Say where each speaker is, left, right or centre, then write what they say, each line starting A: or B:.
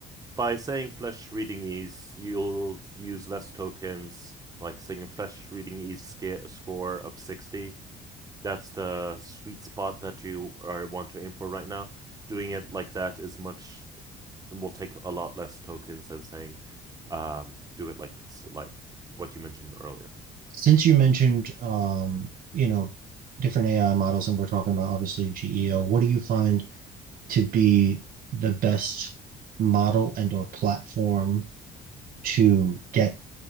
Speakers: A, on the right (about 20°); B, on the right (about 55°).
A: by saying flesh reading ease, you'll use less tokens, like saying a flesh reading ease sca- score of 60. That's the sweet spot that you are want to aim for right now. Doing it like that is much will take a lot less tokens than saying um do it like this, like what you mentioned earlier.
B: Since you mentioned um, you know, different AI models and we're talking about obviously GEO, what do you find
A: Hmm.
B: to be the best model and or platform to get